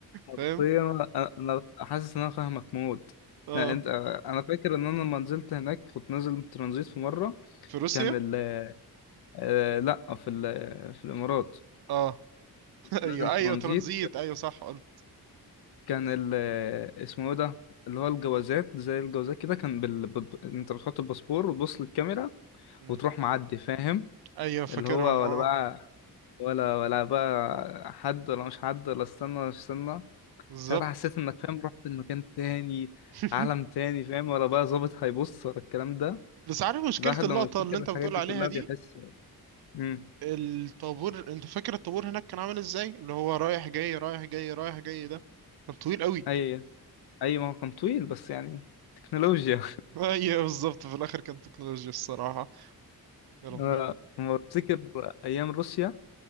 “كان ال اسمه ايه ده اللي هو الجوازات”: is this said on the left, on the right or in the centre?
Left